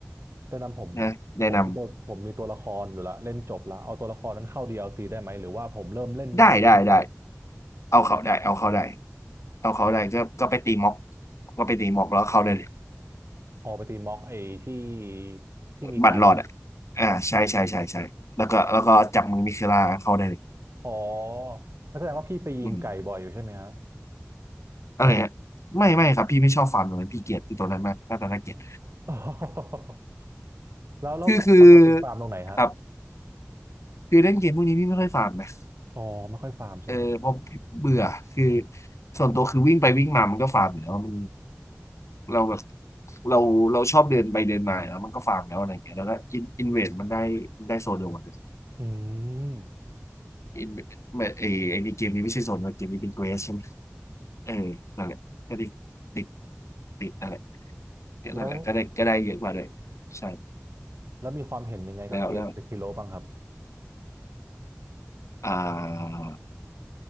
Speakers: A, on the right; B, on the left.
A: แนะนำผม
B: นะแนะน
A: ผมมีตัวผมมีตัวละครอยู่ละเล่นจบละเอาตัวละครนั้นเข้า DLC ได้ไหมหรือว่าผมเริ่มเล่นใหม่ทั้งหมดเลย
B: ำได้ได้ได้เอาเขาได้เอาเขาได้เอาเขาได้ก็ก็ไปตีม็อกก็ไปตีม็อกแล้วเขาได้เลย
A: ออกไปตีม็อกไอ้ที่ที่มีไก่
B: บัตรรอดอ่ะอ่าใช่ใช่ใช่ใช่แล้วก็แล้วก็จับมือมิเคลาเขาได้เลย
A: อ๋องั้นแสดงว่าพี่ไปยิงไก่บ่อยอยู่ใช่ไหมฮะ
B: อืมอะไรฮะไม่ไม่ครับพี่ไม่ชอบฟาร์มตรงนั้นพี่เกลียดตัวนั้นมากหน้าตาน่าเกลียด
A: <laughs> แล้วแล้วปกปกติฟาร์มตรงไหนฮะ
B: คือคือครับคือเล่นเกมพวกนี้พี่ไม่ค่อยฟาร์มนะ
A: อ๋อไม่ค่อยฟาร์มใช่ไหม
B: เออเพราะเบื่อคือส่วนตัวคือวิ่งไปวิ่งมามันก็ฟาร์มอยู่แล้วมันเราแบบเราเราชอบเดินไปเดินมาแล้วมันก็ฟาร์มแล้วอะไรอย่างเงี้ยแล้วก็อินอินเวสมันได้ได้โซนเดียวกัน
A: อืม
B: อินเวดเอไอในเกมนี้ไม่ใช่โซนเกมนี้เป็นเกรสใช่ไหมเออนั่นแหละก็ติดติดติดนั่นแหละก็นั่นแหละก็ได้ก็ได้เยอะกว่าเลย
A: แล้ว
B: ใช่
A: แล้วมีความเห็นยังไงกับเกมสกิโลบ้างครับ
B: แล้วแล้วอ่า